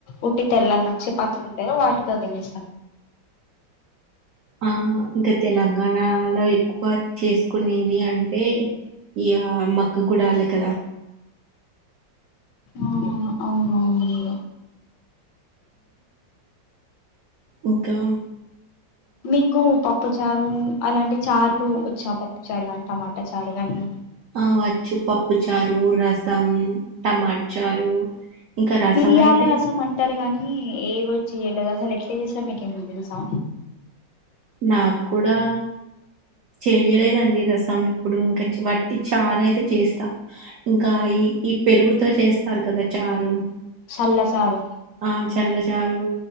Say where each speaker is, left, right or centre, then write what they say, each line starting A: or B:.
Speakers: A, on the left; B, on the right.
A: ఉట్టితో తెల్ల అన్నం చపాతి ఉంటది కదా వాటితోటి తినేస్తాం
B: ఆ ఇంకా తెలంగాణలో ఎక్కువ చేసుకునేది అంటే ఇయా మక్క గుడాలి కదా
A: ఆ అవునవును
B: ఇంకా
A: మీకు పప్పు చారు అలాంటి చారులు వచ్చా పప్పు చారు కానీ టమాటా చారు కాని
B: ఆ వచ్చు పప్పు చారు రసం టమాట చారు ఇంకా రసం
A: మిరియాల
B: అయితే
A: రసం అంటారు గానీ ఏ రోజు చెయలేదుా అసలు ఎట్లా చేస్తారు మీకే మన్న తెలుసా
B: నాకు కూడా చెయ్యలేదండి రసం ఎప్పుడు ఇంకా వట్టి చారా అయితే చేస్తా ఇంకా ఈ ఈ పెరుగుతో చేస్తారు కదా చారు
A: చల్లచారు
B: ఆ చల్ల చారు